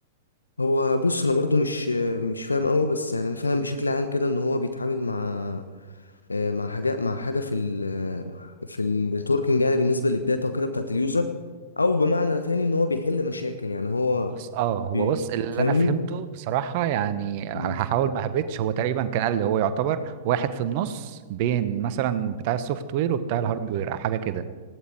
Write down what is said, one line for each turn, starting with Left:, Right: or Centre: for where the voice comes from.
Left: هو بص انا برضو مش مش فاهم قوي بس يعني انا فاهم بشكل عام كده ان هو بيتعامل مع آه، مع حاجه مع حاجه في ال آه، في النتوركينج يعني بالنسبه للداتا وكده بتاعت اليوزر او بمعنى تاني ان هو بيحل مشاكل يعني هو
Right: بص اه هو
Left: بي
Right: بص اللي
Left: فاهمني
Right: انا فهمته بصراحه يعني هحاول
Left: مم.
Right: ما هبتش هو تقريبا كان قال لي هو يعتبر واحد في النص بين مثلا بتاع السوفت وير وبتاع الهارد وير او حاجه كده